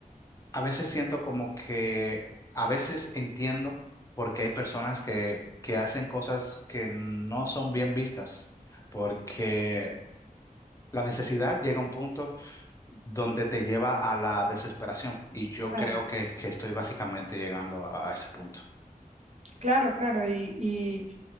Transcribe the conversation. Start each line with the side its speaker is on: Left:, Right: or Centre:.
Left: a veces siento como que, a veces entiendo porque hay personas que, que hacen cosas que no son bien vistas. porque la necesidad llega a un punto donde te lleva a la desesperación y yo
Right: claro,
Left: creo que, que estoy básicamente llegando a a ese punto.
Right: claro, claro. Y, y